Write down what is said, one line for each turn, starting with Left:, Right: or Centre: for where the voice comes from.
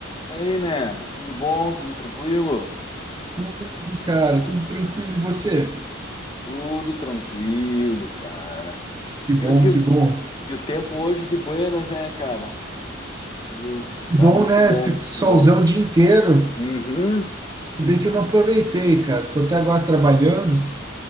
Left: Daí, man, tudo bom? Tudo tranquilo?
Right: Tudo, Cara, tudo tranquilo e você?
Left: Tudo tranquilo, cara.
Right: Que bom,
Left: Viu que
Right: que
Left: o,
Right: bom.
Left: e o tempo hoje de buenas, né, cara? Preciso,
Right: Que
Left: tá
Right: bom,
Left: muito
Right: né?
Left: bom,
Right: Fico solzão
Left: que bom.
Right: o dia inteiro.
Left: Uhum,
Right: Se bem que eu não aproveitei, cara. Tô até agora trabalhando,